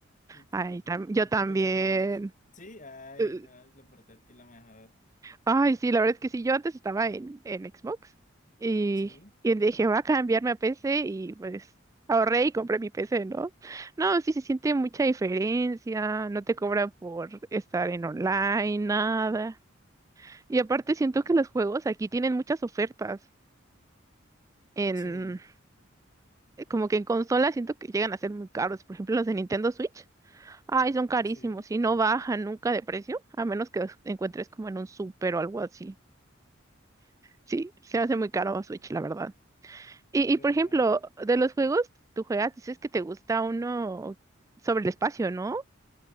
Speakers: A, on the left; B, on the right.
A: ¿Y tú?
B: Ay, tam- yo
A: ¿En
B: también.
A: qué plataformas? Sí, ay,
B: Eh,
A: no, es la portátil la mejor.
B: Ay, sí, la verdad es que sí, yo antes estaba en, en Xbox y,
A: Sí,
B: y dije, voy a cambiarme a PC y pues ahorré y compré mi PC, ¿no? No, sí se siente mucha diferencia, no te cobran por estar en online, nada. Y aparte siento que los juegos aquí tienen muchas ofertas. En,
A: sí,
B: como que en consola siento que llegan a ser muy caros, por ejemplo, los de Nintendo Switch. Ay, son carísimos
A: sí,
B: y no bajan nunca de precio, a menos que los encuentres como en un súper o algo así. Sí, se hace muy caro Switch, la verdad. Y,
A: es
B: y
A: verdad.
B: por ejemplo, de los juegos, tú juegas, dices que te gusta uno sobre el espacio, ¿no?